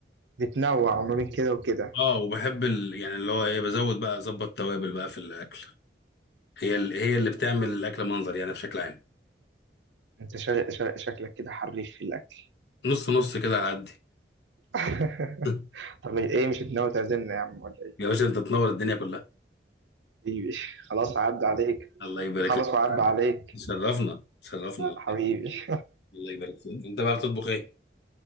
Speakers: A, on the right (about 90°); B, on the left (about 70°).
A: بتنوع ما بين كده وكده
B: اه وبحب ال... يعني اللي هو ايه بزود بقى اظبط توابل بقى في الاكل هي ال... هي اللي بتعمل الاكل منظر يعني بشكل عام
A: أنت شا- شا- شكلك كده حريف في الأكل
B: نص نص كده على قدي
A: <laughs>
B: <laughs>
A: طب ايه مش ناوي تعزمنا يا عم ولا ايه
B: يا باشا انت تنور الدنيا كلها
A: حبيبي <laughs> خلاص هعدي عليك
B: <laughs> الله يبارك
A: نخلص
B: لك
A: وأعد عليك
B: شرفنا شرفنا
A: حبيبي
B: الله يبارك فيك انت بقى بتطبخ ايه